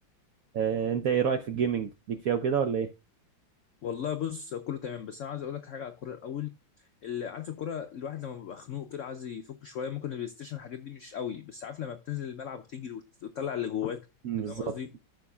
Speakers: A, on the right; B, on the left.
A: أه، انت ايه رايك في الجيمنج ليك فيها وكده ولا ايه
B: والله بص كله تمام بس انا عايز اقول لك حاجه على الكوره الاول اللي عارف الكوره الواحد لما بيبقى خنوق كده عايز يفك شويه ممكن البلاي ستيشن الحاجات دي مش قوي بس عارف لما بتنزل الملعب وتجري وت- وتطلع اللي جواك
A: مم،
B: انت
A: بالظبط
B: فاهم قصدي